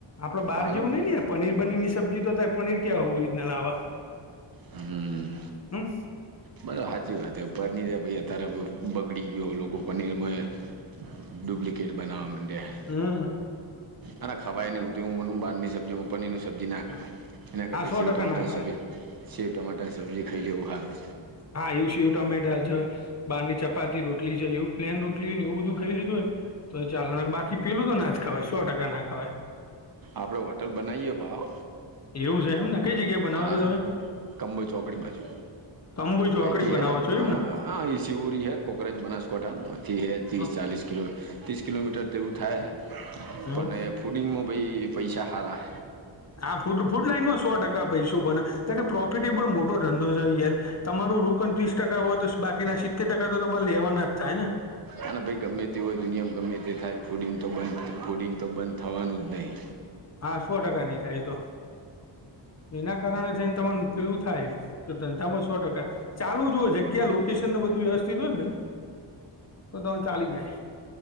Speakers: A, on the left (about 35°); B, on the right (about 50°).
A: આપડે બહાર
B: પાલનપુર
A: જેવું નહ ય પનીર બનીર ની સબ્જી તો થાય પનીર કેયા ઓરિજનલ આવા.
B: હમ.
A: હમ.
B: બ સાચી વાત પનીરે ભાઈ અત્યારે બગડી ગયો લોકો પનીરમાં ડુપ્લિકેટ બનાવ માંડ્યા.
A: હમ.
B: અને ખવાય નહી હું તો હુંને બહારની સબ્જી હ પનીરની સબ્જી ના ખવા એના
A: હા
B: કરતાતી
A: સો
B: સેવે
A: ટકા
B: ટમેટાની
A: ના ખાવાય
B: સબ્જી સેવ ટમાટરની સબ્જી ખાઈ લઉ ઉહારું.
A: હા એવું છે સેવ ટમેટા જ બહાર ની ચપાતી રોટલી જોયું પ્લેન રોટલી નેવ બધ ખ લીધું હોય તો ચાલો ને બાકી પેલું તો ના ખવાય સો ટકા ના ખવાય.
B: આપડે હોટલ બનાવીએ ભાવ.
A: એવું છે એમને? કઈ જગ્યાએ બનાવો
B: હા
A: છો તમે
B: કમબઈ ચોકડી બાજુ
A: કંબુ ચોકડી
B: અથી
A: બનાવો
B: હે
A: છો એમને
B: હ. હા એ સિવરી હૈ કોકરેજ બનાસકોઠા મથી હૈ ત્રીસ
A: હા
B: ચાલીસ કિલો ત્રીસ કિલોમીટર તેવું થાય છે
A: એવું
B: પણ ફૂડિંગમાં ભાઈ પૈસા સારા.
A: હા ફૂડ ફૂડ લાઈન માં સો ટકા પૈસો બને. કારણ કે પ્રોફિટેબલ મોટો ધંધો છે યાર તમારું રોકણ ત્રીસ ટકા હોય તો બાકીના સી તેર ટકા તો તમારે લેવાના જ થાય હ ને.
B: હના ભાઈ ગમે તે હોય દુનિયામાં ગમે તે થાય ફૂડિંગ તો બંધ ફૂડિંગ તો બંધ થવાનું જ નહી.
A: હા સો ટકા નની થાય તો. એના કારણે થઈને તમાર પલું થાય એમ કે ધંધામાં સો ટકા ચાલુ જુ જગ્યા લોકેશનને બધું વ્યવસ્થિત હોય ને ભાઈ તો તમે ચાલી જાય.